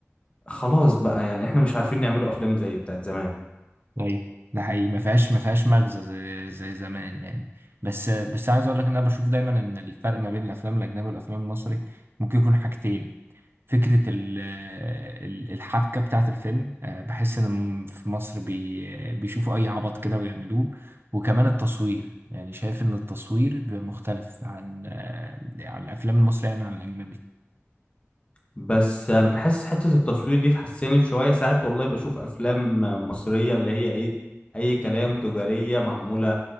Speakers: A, on the left; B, on the right.
A: خلاص بقى يعني إحنا مش عارفين نعملوا أفلام زي بتاعت زمان
B: ايوه ده حقيقي ما فيهاش ما فيهاش مغزى زي زي زمان يعني بس بس عايز اقول لك ان انا بشوف دايما ان الفرق ما بين الافلام الاجنبي والافلام المصري ممكن يكون حاجتين فكرة ال- ال- الحبكة بتاعة الفيلم آه، بحس إن في مصر بي بيشوفوا أي عبط كده ويعملوه وكمان التصوير يعني شايف إن التصوير بيبقى مختلف عن آه، عن الأفلام المصرية يعني عن الأجنبي
A: بس أنا حاسس حتة التصوير دي اتحسنت شوية ساعات والله بشوف أفلام مصرية اللي هي إيه أي كلام تجارية معمولة